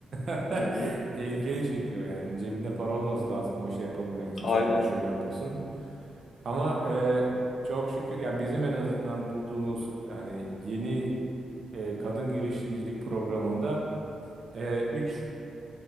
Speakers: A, on the right; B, on the left.
A: <laughs>
B: Hı hı,
A: Tehlikeli çünkü o yani cebinde para olması lazım o işi yapabilmek için
B: aynen.
A: sonra düşüm yapılsın. Ama e, çok şükür yani bizim en azından bulduğumuz yani yeni e, kadın girişimcilik programında e, 3